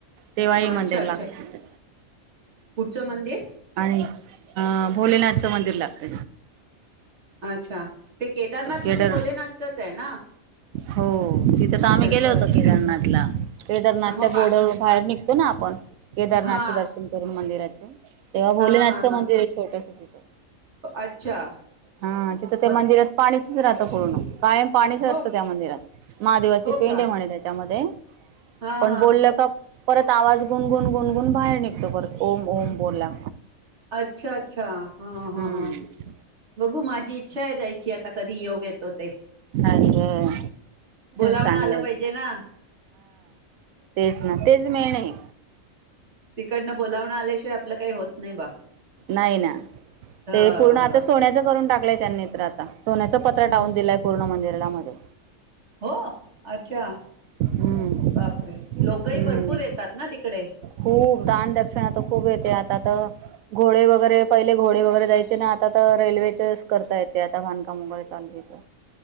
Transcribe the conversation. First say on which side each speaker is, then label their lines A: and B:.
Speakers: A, on the right; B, on the right.
A: तेव्हाही मंदिर
B: अच्छा
A: लागतं
B: अच्छा कुठचं मंदिर
A: आणि अ भोलेनाथचं मंदिर लागत
B: अच्छा ते केदारनाथ
A: केदार
B: म्हणजे भोलेनाथचच आहे ना
A: हो तिथे तर आम्ही
B: शंकर
A: गेलो होतो केदारनाथला केदारनाथच्या
B: हा मग
A: बोर्डरवर
B: पा
A: बाहेर निघतो ना आपण केदारनाथचं
B: हा
A: दर्शन करून मंदिराचं तेव्हा भोलेनाथचं
B: हा हा हा
A: मंदिर आहे छोटस त होथं
B: अच्छा
A: हा तिथं त्या
B: मग
A: मंदिरात पाणीचच राहत पूर्ण कायम पाणीच
B: हो
A: असतं त्या मंदिरात महादेवाची
B: हो
A: पिंड
B: का
A: आहे म्हणे त्याच्यामध्ये
B: हा
A: पण
B: हा
A: बोलल का परत आवाज गुणगुण गुणगुून बाहेर निघतो परत ओम ओम बोलला
B: अच्छा अच्छा हा
A: हम्म
B: हा हा बघू माझ इच्छा जायची आता कधी योग येतो ते
A: असं
B: बोलावणा
A: चांगलंय
B: आलं पाहिजेना.
A: तेचना, तेच मेन आहे.
B: तिकडनं बोलावणं आल्याशिवाय आपलं काही होत नाही बा.
A: नाही ना
B: हा
A: ते पूर्ण आता सोन्याचं करून टाकलंय त्यांनी तर आता. सोन्याचं पत्रा टावून
B: हा
A: दिलंय पूर्ण मंदिरामध्ये.
B: हो अच्छा
A: हम्म
B: बापरे लोकही
A: हम्म
B: भरपूर येतात ना तिकडे?
A: खूप दान दक्षिणा तर खूप येते आता तर घोडे वगैरे पहिले घोडे वगैरे जायचे ना आता तर रेल्वेचेच करता येते आता बाधकाम वगैरे चालय